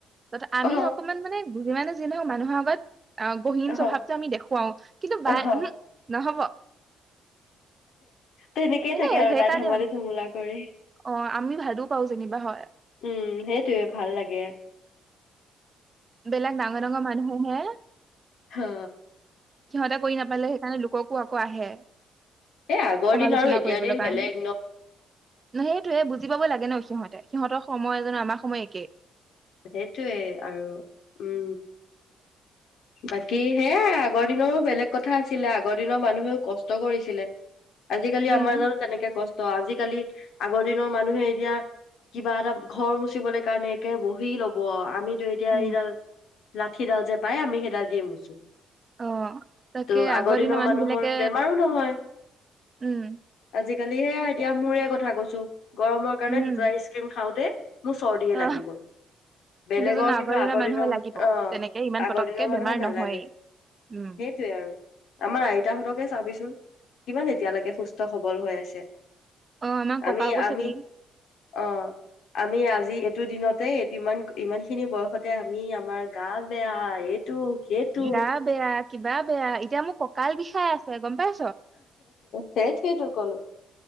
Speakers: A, on the right (about 30°); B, on the left (about 75°).
A: ত আমি
B: অ
A: অকমান মানে যিমানে যি নহওক মানুহৰ আগত আহ গহীন
B: অ
A: স্বভাৱটো আমি দেখুৱাও কিন্তু
B: অহ
A: বা উম নহব
B: তেনেকে
A: এনে
B: থাকে আৰু
A: সেইকাৰণে
B: তাত ধেমালি ধুমলাক কৰে
A: অ আমি ভালো পাওঁ যেনিবা হয়
B: উম সেইটোয়ে ভাল লাগে
A: বেলেগ ডাঙৰ ডাঙৰ মানুহে হে
B: হা
A: সিহঁতে কৰি নাপালে সেইকাৰণে লোকক পুৱা আকৌ আহে
B: এ আগৰ
A: সমালোচনা
B: দিন আৰু এতিয়াৰ
A: কৰিবলৈ
B: দিন
A: কাৰণে
B: বেলেগ
A: ন সেইটোয়ে বুজি পাব লাগে ন সিহঁত সিহঁতৰ সময় জানো আমাৰ সময় একেই
B: সেইটোৱে আৰু উম বাকী সেয়া আগৰ দিনৰো বেলেগ কথা আছিলে আগৰ দিনৰ মানুহেও কষ্ট কৰিছিলে আজিকালি
A: উম
B: আমাৰ জানো তেনেকে কষ্ট আজিকালি আগৰ দিনৰ মানুহে এতিয়া কিবা এটা ঘৰ মুচিবলে কাৰণে একে বহি লব আমি টো এতিয়া
A: উম
B: এইডাল লাঠিডাল যে পায় আমি সেইডাল দিয়ে মুচো
A: অ তাকে
B: টো' আগৰ দিনৰ
A: মানুহ
B: মানুহৰ
A: বিলাকে
B: বেমাৰো নহয়
A: উম
B: আজিকালিহে
A: সেইটোৱে
B: এতিয়া মৰে কথা কৈছো <unintelligible> গৰমৰ কাৰণে
A: উম
B: দুটা আইচ ক্ৰীম খাওতে চৰ্দিহে লাগি
A: আহ
B: গ'ল বেলেগৰ
A: জানো
B: কিন্তু আগৰ
A: মানুহৰ
B: দিনৰ
A: লাগিব
B: অ
A: তেনেকে ইমান
B: আগৰ
A: পতককে
B: দিনৰ মানুহৰ
A: বেমাৰ
B: নালাগে
A: নহয়েই উম
B: সেইটোয়ে আৰু আমাৰ আইতাহঁতকে চাবিচোন কিমান এতিয়ালৈকে সুস্থ সবল হৈ আছে
A: অ আমাৰ ককাকো
B: আমি আমি
A: চাবি
B: অ আমি আ আজি এইটো দিনতে এইটো ইমান ইমান খিনি বয়সতে আমি আমাৰ গা বেয়া এইত এইটো সেইটো
A: গা বেয়া কিবা বেয়া এতিয়া মোৰ কঁকাল বিষাই আছে গম পাই
B: সেই কি তোৰ কলো